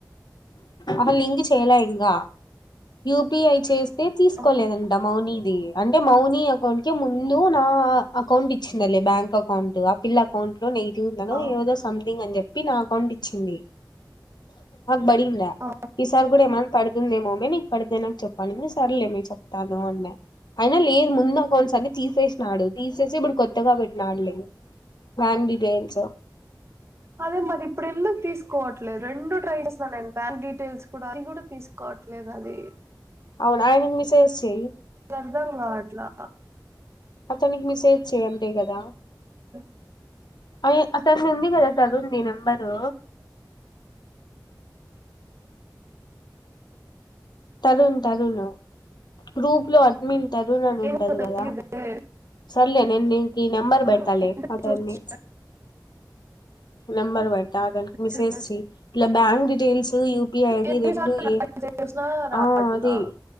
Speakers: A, on the left; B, on the right.
A: అహలింక్చేయలే ఇకా యూపిఐ చేస్త సేపు తీసుకోలేదంట
B: ఆ
A: మౌనిది అంటే మౌని అకాౌంట్ మూల్య నుందు నా అకౌంట్ ఇచ్చి బ్యాంక్ అకౌంట్ ఆ పిల్ అకౌంట్ నెగిటివ్ ఉంద
B: ఆ
A: ఏదో సంథింగ్ అని చెప్పి నా అకౌంట్ ఇచ్చింది బడింద
B: ఆ
A: ఈసార్ గుడ ఏమ ందేమోమ్మ నీకు పడితే నాకు చెప్పండి సర్లేమ చెప్ప తను అన్న అయినా లేదు ముందు అకౌంట్స్ అన్ని తీసేసినాడు, తీస్ సేసి ఇప్పుడు కొత్తగా పెట్టినాడులే బ్యాన్ డీటైయిల్స్.
B: అదే మది ఇప్పుడు ఎందుకు తీసుకోవట్లేదు, రెండు ట్రై చేస్తున్న నేను బ్యాంక్ డీటెయిల్స్ కూడా అది కూడా తీసుకోవట్లేదు అది
A: అవున ఆయన మసేజస్ చెయ్
B: అర్థంకావాట్ల
A: అతనికి మిసేజ్ చేయండే కదా.
B: జ
A: అయ్యో అత్తడ ఉంది కదా. చదువుంది నెంబరు. తరున్ తరును గ్రూప్ లో అడ్మిన్ తరుణ్ అని ఉంటది
B: ఏమో తెలియదే
A: కదా, సర్లే నేను నీకు ఈ నెంబర్ పెడతాలె
B: ఉంటే
A: అతన్ని.
B: చూసి
A: నెంబర్ వెడ్టా అనికి మిసే
B: చేసి
A: చెయ్, ఇలా బ్యాంగ్ డీ టెల్స్ ఉన్ యూ పి ఐ ఐడి
B: ఎన్నిసార్లు
A: రెండు ఏ,
B: ట్రై చేసినా రావట్లా
A: ఆ అది